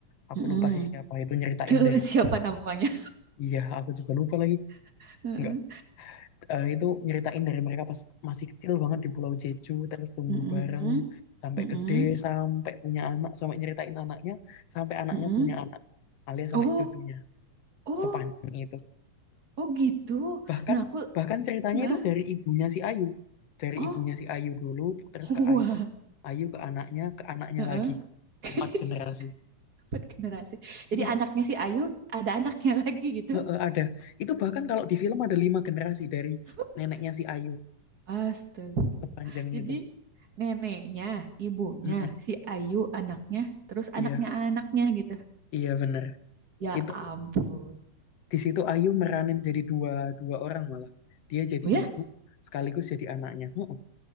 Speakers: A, on the left; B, on the right.
A: Aku
B: mm-mm.
A: lupa sih siapa itu nyeritain
B: <laughs>
A: dari.
B: Siapa namanya?
A: Iya, aku juga lupa lagi.
B: <laughs> Heeh.
A: Enggak, eh, itu nyeritain dari mereka pas masih kecil banget di Pulau Jeju, terus tumbuh
B: Mm-mm,
A: bareng sampai
B: mm-mm.
A: gede, sampai punya anak, sampai nyeritain anaknya, sampai anaknya
B: Mm-mm.
A: punya anak, alias sampai
B: Oh,
A: cucunya.
B: oh,
A: Sepanjang itu.
B: oh gitu.
A: bahkan
B: Nah, aku,
A: bahkan ceritanya
B: Heeh.
A: itu dari ibunya si Ayu dari
B: oh,
A: ibunya si Ayu dulu terus
B: <laughs>
A: ke
B: wah,
A: Ayu Ayu ke anaknya ke anaknya
B: Heeh.
A: lagi
B: <laughs>
A: empat generasi
B: Empat generasi. Jadi
A: iya
B: anaknya si Ayu ada anaknya lagi gitu.
A: heeh, ada itu bahkan kalau di film ada lima generasi dari
B: <laughs>
A: neneknya si Ayu
B: Astaga.
A: kepanjangnya
B: Jadi
A: itu
B: neneknya, ibunya,
A: Mm-mm.
B: si Ayu anaknya, terus
A: iya
B: anaknya anaknya gitu.
A: iya bener
B: Ya
A: itu
B: ampun.
A: di situ Ayu meranin jadi dua dua orang malah dia jadi
B: Oh ya?
A: ibu sekaligus jadi anaknya Heeh.